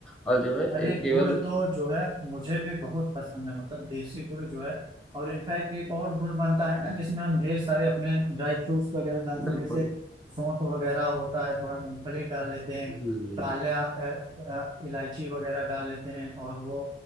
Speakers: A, in the centre; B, on the right.
A: और जो है
B: अरे
A: एक केवल
B: गुड़ तो जो है मुझे भी बहुत पसंद है मतलब देसी गुड़ जो है और इनफैक्ट एक और गुड़ बनता है ना जिसमें हम ढेर सारे अपने ड्राई फ्रूट्स वगैरह डालते
A: बिल्कुल
B: हैं जैसे सौंठ वगैरह होता है थोड़ा मूंगफली डाल लेते हैं
A: हम्म,
B: काला अ, अ, इलायची वगैरह डाल लेते हैं और वो